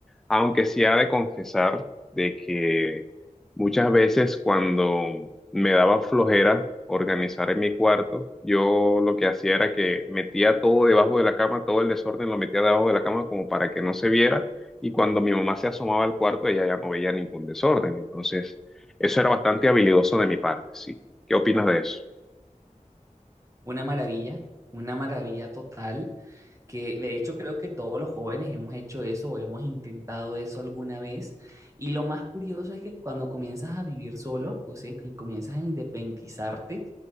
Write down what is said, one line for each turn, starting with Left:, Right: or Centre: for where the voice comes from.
Centre: Aunque sí ha de confesar de que muchas veces cuando me daba flojera organizar en mi cuarto, yo lo que hacía era que metía todo debajo de la cama, todo el desorden lo metía debajo de la cama como para que no se viera y cuando mi mamá se asomaba al cuarto ella ya no veía ningún desorden. Entonces, eso era bastante habilidoso de mi parte, sí. ¿Qué opinas de eso?
Right: Una maravilla, una maravilla total, que de hecho creo que todos los jóvenes hemos hecho eso o hemos intentado eso alguna vez. Y lo más curioso es que cuando comienzas a vivir solo, José, que comienzas a independizarte,